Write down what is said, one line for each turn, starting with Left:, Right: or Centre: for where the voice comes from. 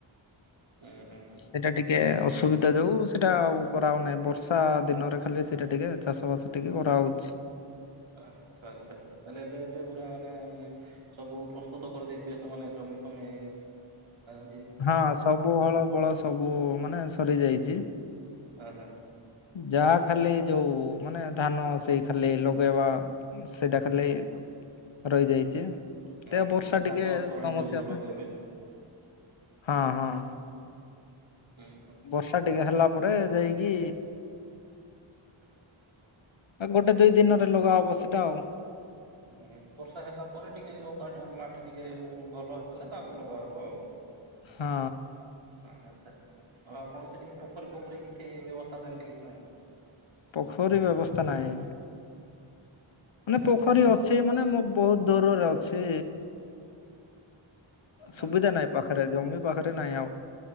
Right: ହୁଁ ହୁଁ ହୁଁ
Left: ସେଇଟା ଟିକେ ଅସୁବିଧା ଯାଉ ସେଟା ଆଉ କରାହେଉନାହିଁ ବର୍ଷା ଦିନରେ ଖାଲି ସେଇଟା ଟିକେ ଚାଷ ବାସ ଟିକେ କରାହଉଛି।
Right: ଆଚ୍ଛା ଆଚ୍ଛା ହେଲେ ଏବେ ଏବେ ପୁରା ମାନେ ସବୁ ପ୍ରସ୍ତୁତ କରିଦେଇଥିବେ ତମ ନଜରେ <unintelligible>
Left: ହଁ ସବୁ ହଳ ବଳ ସବୁ ମାନେ ସରି ଯାଇଛି।
Right: ଅହୋ।
Left: ଯାହା ଖାଲି ଯୋଉ ମାନେ ଧାନ ସେଇ ଖାଲି ଲଗେଇବା ସେଇଟା ଖାଲି ରହିଯାଇଛି।
Right: ହୁଁ
Left: ଏ
Right: ହୁଁ
Left: ବର୍ଷା
Right: ଧାନ
Left: ଟିକେ
Right: ତଳି
Left: ସମସ୍ୟା
Right: ଯୋଉ ଲଗେଇବେ
Left: ପାଇଁ
Right: ଯୋଉ
Left: ହଁ ହଁ।
Right: ହୁଁ ହୁଁ
Left: ବର୍ଷା ଟିକେ ହେଲା ପରେ ଯାଇକି
Right: <inaudible>
Left: ଗୋଟେ ଦୁଇ ଦିନରେ ଲଗା ହବ ସେଟା ଆଉ
Right: ହୁଁ ବର୍ଷା ହେଲା ପରେ ଟିକେ ଓଦା ଟ ମାଟି ଟିକେ ଭଲ। ହେଲେ ତାପରେ ଲଗାହବ ଆଉ
Left: ହଁ।
Right: ହଁ ଆଚ୍ଛା ଆଚ୍ଛା ଆଉ ଆପଣଙ୍କୁ ସେ ଟିକେ ପୋଖରୀ ପୋଖରୀ କିଛି ବ୍ୟବସ୍ଥା ସେମିତି କିଛି ନାହିଁ।
Left: ପୋଖରୀ ବ୍ୟବସ୍ଥା ନାଇଁ। ମାନେ
Right: ଓହୋ
Left: ପୋଖରୀ ଅଛି ମାନେ ମୁଁ ବହୁତ ଦୂରରେ ଅଛି। ସୁବିଧା
Right: ଆଚ୍ଛା
Left: ନାହିଁ ପାଖରେ ଜମି ପାଖରେ ନାହିଁ ଆଉ